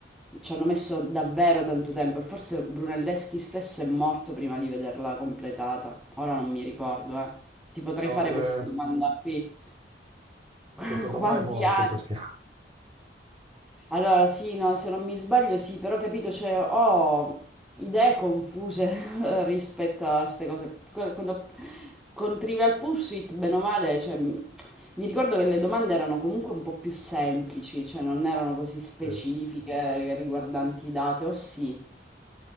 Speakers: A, in the centre; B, on the right.
A: ci hanno messo davvero tanto tempo e forse Brunelleschi stesso è morto prima di vederla completata, ora non mi ricordo, eh. Ti potrei
B: No,
A: fare
B: le-
A: questa domanda qui.
B: secondo
A: <laughs> Quanti
B: me è morto
A: anni?
B: perché...
A: Allora, sì, no, se non mi sbaglio, sì, però ho capito, cioè, ho idee confuse <laughs> rispetto a queste cose. Qu- Quando con Trivial Pursuit, bene o male, cioè, m- mi ricordo che le domande erano comunque un po' più semplici, cioè non erano così specifiche
B: <laughs> sì.
A: riguardanti date, o sì.